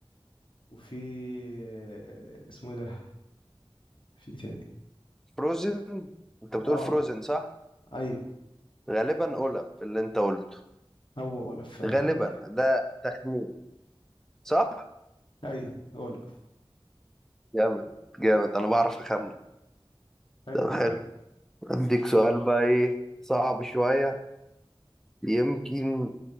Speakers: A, on the left (about 60°); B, in the centre.
A: وفي آه، اسمه ده في تاني
B: فروزن انت بتقول
A: اه
B: فروزن صح
A: ايوه
B: غالبا اولف اللي انت قلته
A: هو اولاف فعلا
B: غالبا ده تخمين صح
A: <laughs> ايوه اولاف
B: جامد جامد انا بعرف اخمن
A: حلو
B: طب
A: حلو
B: حلو اديك سؤال بقى ايه صعب شوية يمكن